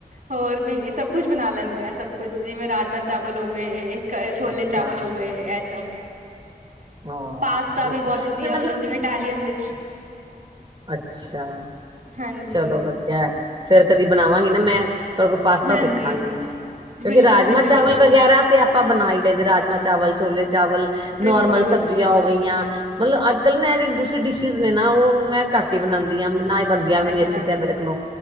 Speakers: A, on the right (about 60°); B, on the right (about 30°).
A: ਹੋਰ ਵੀ ਇਹ ਸਭ ਕੁਛ ਬਣਾ ਲੈਂਦੇ ਆ, ਸਭ ਕੁਛ ਜਿਵੇਂ ਰਾਜਮ ਚਾਵਲ ਹੋ ਗਏ। ਛੋਲੇ
B: ਅੱਛਾ
A: ਚਾਵਲ ਹੋ ਗਏ, ਇਹ ਸਭ
B: ਹਾਂ
A: ਪਾਸਤਾ
B: ਠੀਕ
A: ਵੀ ਬਹੁਤ ਵਧੀਆ
B: ਹੈ
A: ਮਤਲਬ ਜਿਵੇਂ ਇਟਾਲਅਨ ਵਿੱਚ
B: ਅੱਛਾ,
A: ਹਾਂਜੀ
B: ਚਲੋ ਵਧੀਆ ਫੇਰ ਕਦੀ ਬਣਾਵਾਂਗੀ ਨਾ ਮੈਂ ਤੁਹਾਡੇ ਕੋਲ ਪਾਸਤਾ
A: ਹਾਂਜੀ
B: ਸਿੱਖਾਂਗੀ ਮੈਂ ਕਿਉਂਕਿ
A: ਬਿਲਕੁਲ
B: ਰਾਜਮਾਂ
A: ਜੀ ਬਿਲਕੁਲ
B: ਚਾਵਲ ਵਗੈਰਾ ਤੇ ਆਪ ਆਪਾਂ ਬਣਾਈ ਲਏਦੇ ਰਾਜਮਾਂ ਚਾਵਲ, ਛੋਲੇ ਚਾਵਲ, ਨੋਰਮਲ
A: ਬਿਲਕੁਲ ਬਿਲਕੁਲ
B: ਸਬਜੀਆਂ ਹੋ ਗਈਆਂ। ਮਤਲਬ ਅੱਜ-ਕੱਲ੍ਹ ਨਾ ਜਿਹੜੀ ਦੂਸਰੀ ਡਿਸ਼ਿਜ਼ ਨੇ ਨਾ, ਉਹ ਮੈਂ ਘੱਟ ਹੀ ਬਣਾਦੀ ਹਾਂ। ਬੰਦੀਆਂ ਵੀ
A: ਅੱਛਾ
B: ਨੀ ਅੱਛੀ ਤੇ ਮੇਰੇ ਕੋਲੋਂ